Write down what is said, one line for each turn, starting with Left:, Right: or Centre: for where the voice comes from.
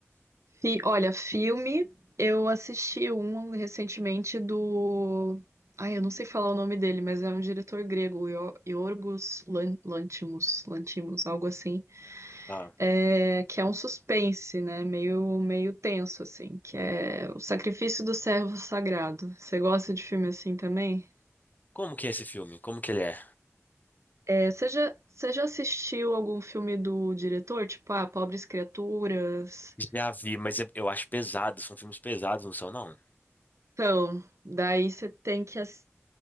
Right: Fi- Olha, filme, eu assisti um recentemente do. Ai, eu não sei falar o nome dele, mas é um diretor grego, Io- Yorgos Lan- Lanthimos, Lanthimos, algo assim.
Left: Ah.
Right: é, que é um suspense, né? Meio, meio tenso, assim, que é O Sacrifício do Servo Sagrado. Você gosta de filme assim também?
Left: Como que é esse filme? Como que ele é?
Right: É, você já, você já assistiu algum filme do diretor? Tipo, ah, Pobres Criaturas?
Left: Já vi, mas eu eu acho pesado. São filmes pesados, não são, não?
Right: Então, daí você tem que... ass-